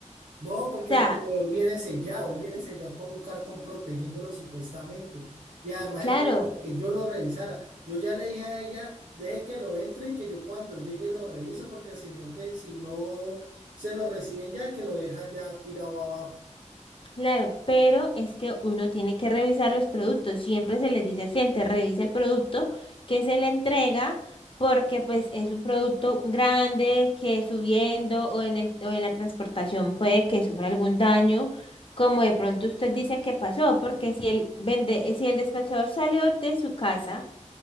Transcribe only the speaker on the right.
No, porque
el comedor viene sellado, él viene sellado con un cartón protegiéndolo supuestamente. Y además
él trata de que yo lo revisara. Yo ya le dije a ella, deje que lo entren, que yo cuando llegue lo reviso, porque el señor que si no se lo reciben ya, que lo deja ya tirado abajo.